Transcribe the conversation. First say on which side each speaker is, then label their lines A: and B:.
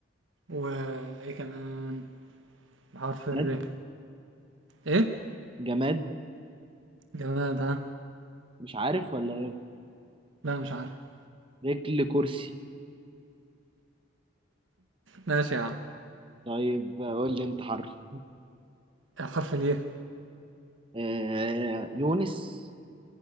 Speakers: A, on the right; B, on the right.
A: وايه كمان بحرف الر
B: جماد
A: ايه
B: جماد
A: جماد ها
B: مش عارف ولا إيه
A: لا مش عارف
B: رجل كرسي
A: ماشي يا عم
B: طيب قول لي أنت حرف
A: حرف الياء
B: آه يونس